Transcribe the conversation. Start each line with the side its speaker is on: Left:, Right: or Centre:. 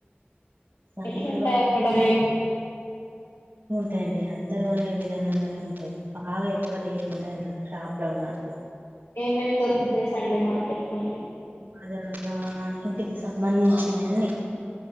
Right: సండే
Left: ఎట్లా ఉంటాయి
Right: బజార్
Left: అక్కడ రేట్లు
Right: తెండి అందరు గోనే విధానంగానే ఉంటాయి బాగా ఎక్కువ రేట్ ఉండయి అన్నరు షాప్ లో ఉన్నట్టు
Left: ఏమేమ్ దొరుకుతాయి సండే మార్కెట్ లో
Right: అది అల్లా ఇంటికి సంబంధించినవన్నీ